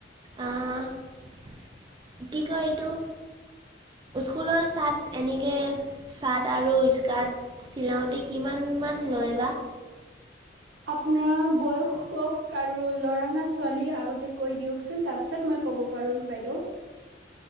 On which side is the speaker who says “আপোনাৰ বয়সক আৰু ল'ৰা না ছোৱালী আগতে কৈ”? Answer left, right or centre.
Right